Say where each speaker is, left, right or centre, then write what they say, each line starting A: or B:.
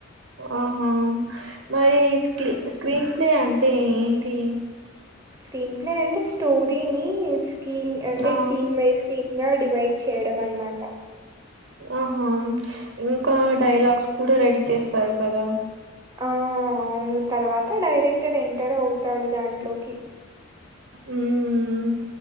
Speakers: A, on the right (about 60°); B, on the right (about 15°).
A: ఆహా మరి స్కీ స్క్రీన్ ప్లే అంటే ఏంటి
B: స్క్రీన్ ప్లే అంటే స్టోరీని స్ కి అంటే
A: ఆ!
B: సీన్ బై సీన్ గా డివైడ్ చేయడం అనమాట
A: ఆహా ఇంకా డైలాగ్స్ కూడా రెడీ చేస్తారు కదా
B: ఆ అవును తర్వాత డైరెక్టర్ ఎంటర్ అవుతాడు దాంట్లోకి
A: ఉమ్మ్